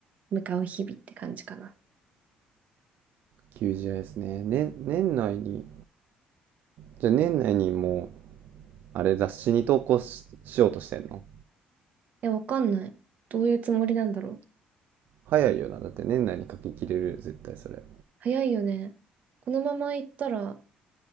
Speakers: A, on the right; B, on the right.
A: 向かう日々って感じかな。
B: QGIS ね。ね、年内に、じゃあ年内にもう、あれ雑誌に投稿し、しようとしてんの
A: いや、わかんない。どういうつもりなんだろう。
B: 早いよな。だって年内に書き切れるよ、絶対それ。
A: 早いよね。このまま行ったら、